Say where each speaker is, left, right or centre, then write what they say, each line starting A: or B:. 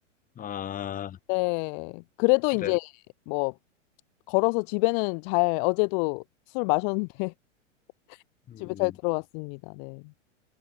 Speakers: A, on the left; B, on the left.
A: 아,
B: 네. 그래도
A: 그래.
B: 이제, 뭐, 걸어서 집에는 잘, 어제도 술 마셨는데, <laughs>
A: 음.
B: 집에 잘 들어왔습니다. 네.